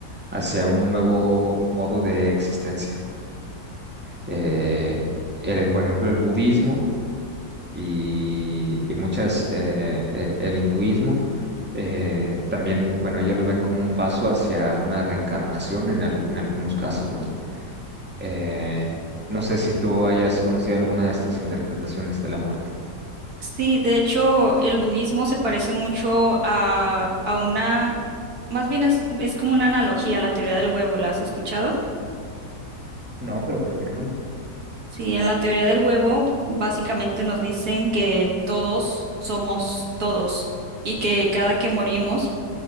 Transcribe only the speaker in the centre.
hacia un nuevo modo de existencia. Eh, eh, por ejemplo, el budismo y, y muchas, eh, eh, el hinduismo, eh, también, bueno, ellos lo ven como un paso hacia una reencarnación en, al- en algunos casos, ¿no? Eh, no sé si tú hayas conocido alguna de estas interpretaciones de la muerte.
No, pero platícamela.